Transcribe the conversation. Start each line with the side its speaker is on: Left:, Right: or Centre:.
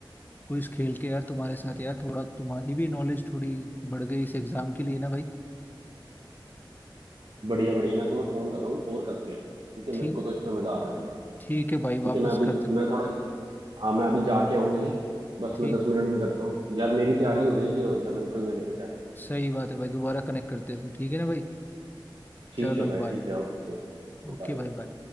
Left: क्विज खेल के यार तुम्हारे साथ यार थोड़ा तुम्हारी भी नॉलेज थोड़ी बढ़ गई इस एग्जाम के लिए ना भाई
Right: बढ़िया बढ़िया मैं तुम्हें फोन कर रहा हूँ और करते हैं ठीक है
Left: ठीक
Right: मेरे को तो इसमें मजा आ रहा है भाई
Left: ठीक है भाई
Right: ठीक
Left: वापस
Right: है मैं अभी
Left: करते
Right: मैं थोड़ा हाँ मैं अभी जाके आऊँ कहीं बस
Left: ठीक
Right: मैं दस मिनट में करता हूँ यार मेरी तैयारी हो जाएगी और क्या मेरे को ही बेनिफिट है
Left: सही बात है भाई दोबारा कनेक्ट करते हैं फिर ठीक है ना भाई
Right: ठीक
Left: चलो
Right: है भाई
Left: बाय
Right: ठीक है ओके
Left: ओके
Right: बाय
Left: भाई बाय